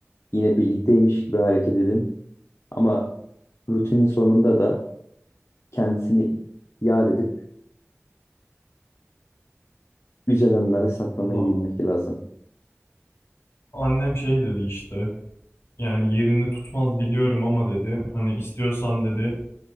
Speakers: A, on the left; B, on the left.
A: Yine birlikteymiş gibi hareket edin. Ama rutinin sonunda da kendisini yad edip güzel anılara saklamayı
B: Valla
A: bilmek lazım.
B: annem şey dedi işte. Yani yerini tutmaz biliyorum ama dedi. Hani istiyorsan dedi.